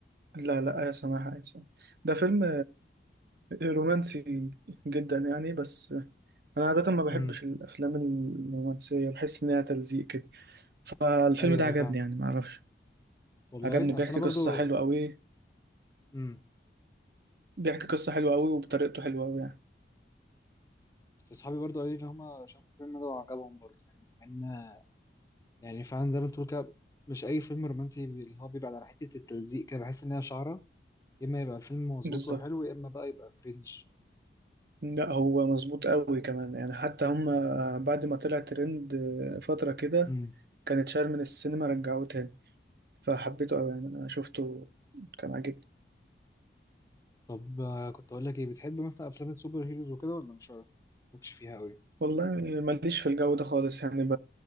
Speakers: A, on the right (about 55°); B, on the left (about 20°).
A: لا لا آية سماحة آية سماحة ده فيلم رومانسي جدا يعني بس أنا عادة ما بحبش
B: امم
A: الأفلام الرومانسية بحس إنها تلزيق كده فالفيلم
B: ايوه
A: ده
B: ايوه
A: عجبني
B: فاهم
A: يعني معرفش
B: والله
A: عجبني بيحكي
B: اصل انا
A: قصة
B: برضو
A: حلوة أوي
B: امم
A: بيحكي قصة حلوة قوي وبطريقته حلوة قوي يعني
B: بس اصحابي برضو قالوا لي ان هم شافوا الفيلم ده وعجبهم برضو يعني مع ان يعني فعلا زي ما انت بتقول كده مش اي فيلم رومانسي اللي هو بيبقى على حته التلزيق كده بحس ان هي شعره يا اما يبقى الفيلم مظبوط
A: بالظبط
B: وحلو يا اما بقى يبقى كرنج
A: لا هو مظبوط قوي كمان يعني حتى هم بعد ما طلع ترند فترة كده
B: امم
A: كانت شال من السينما رجعوه تاني فحبيته قوي يعني انا شفته كان عاجبني
B: طب آه، كنت اقول لك ايه بتحب مثلا افلام السوبر هيروز وكده ولا مش عارف؟ مالكش فيها قوي
A: والله ماليش في الجو ده خالص يعني ب...